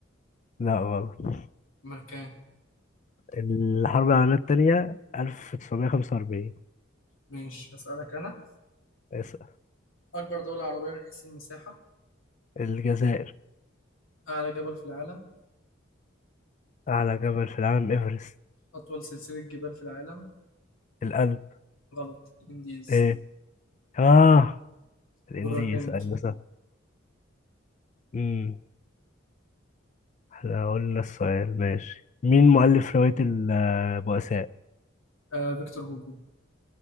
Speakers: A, on the left; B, on the left.
A: لا غلط
B: ما كان
A: الحرب العالمية التانية 1945
B: ماشي أسألك أنا
A: اسأل
B: أكبر دولة عربية من حيث المساحة
A: الجزائر
B: أعلى جبل في العالم
A: أعلى جبل في العالم إيفرست
B: أطول سلسلة جبال في العالم
A: القلب
B: غلط إنديز
A: إيه آه الإنديز
B: دورك أنت
A: أيوة صح أمم إحنا قلنا السؤال ماشي مين مؤلف رواية البؤساء؟
B: آه فيكتور هوجو